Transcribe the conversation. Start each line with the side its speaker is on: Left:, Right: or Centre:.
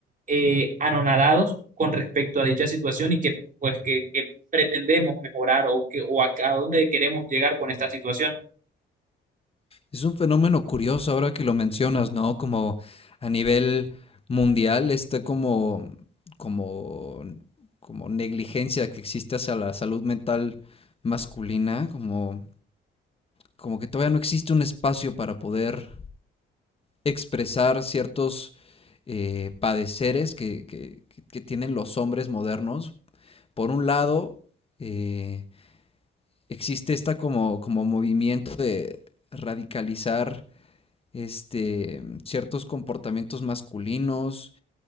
Right: eh, anonadados con respecto a dicha situación y que pues que, que pretendemos mejorar o, que, o a, a dónde queremos llegar con esta situación.
Left: Es un fenómeno curioso ahora que lo mencionas, ¿no? Como a nivel mundial está como, como, como negligencia que existe hacia la salud mental masculina, como, como que todavía no existe un espacio para poder expresar ciertos eh, padeceres que, que- que tienen los hombres modernos. Por un lado, eh, existe esta como, como movimiento de radicalizar este, ciertos comportamientos masculinos